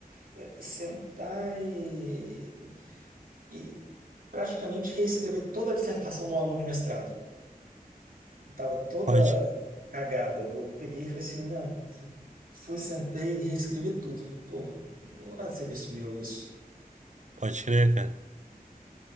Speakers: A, on the right; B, on the right.
A: eh, sentar e, e praticamente reescrever toda a dissertação do aluno de mestrado. Eu tava toda
B: Pode,
A: cagada. Eu peguei e falei assim, não. Fui, sentei e reescrevi tudo. Falei, porra, não é serviço meu isso.
B: pode crer, cara.